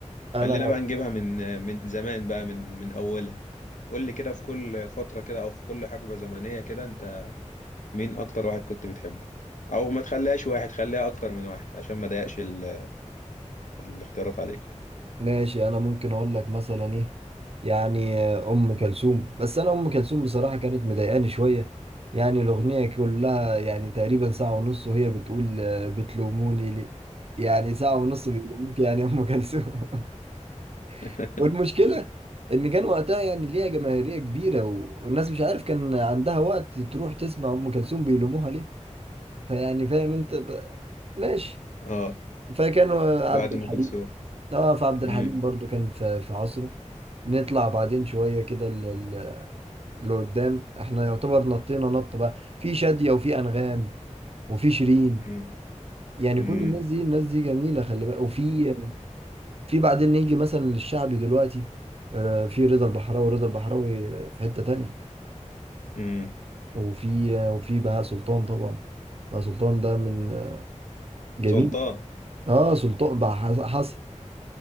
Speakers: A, on the left; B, on the right.
A: خلينا
B: انا
A: بقى نجيبها من من زمان بقى من من اولها قول لي كده في كل فترة كده او في كل حقبة زمنية كده انت مين اكتر واحد كنت بتحبه او ما تخليهاش واحد خليها اكتر من واحد عشان ما ضايقش ال... الاختيارات عليك
B: ماشي انا ممكن اقول لك مثلا ايه يعني آه، ام كلثوم بس انا ام كلثوم بصراحه كانت مضايقاني شويه يعني الاغنيه كلها يعني تقريبا ساعه ونص وهي بتقول آه، بتلوموني ليه يعني ساعه ونص بيلوموك يعني يا ام كلثوم
A: <laughs>
B: <laughs> والمشكله ان كان وقتها يعني ليها جماهيريه كبيره و- والناس مش عارف كان عندها وقت تروح تسمع ام كلثوم بيلوموها ليه فيعني فاهم انت ب... ماشي
A: اه
B: فكانوا عبد
A: بعد
B: الحليم
A: ام كلثوم
B: اه فعبد الحليم
A: امم
B: برضو كان في في عصره نطلع بعدين شوية كده ل- ل- لقدام احنا يعتبر نطينا نط بقى في شادية وفي أنغام وفي شيرين
A: امم
B: يعني
A: امم
B: كل الناس دي الناس دي جميلة خلي بالك وفي في بعدين نيجي مثلا للشعبي دلوقتي آه، في رضا البحراوي رضا البحراوي آه، في حتة تانية
A: أمم.
B: وفي آه، وفي بهاء سلطان طبعا بهاء سلطان ده من آه، جميل
A: سلطان
B: اه سلطان بقى حصل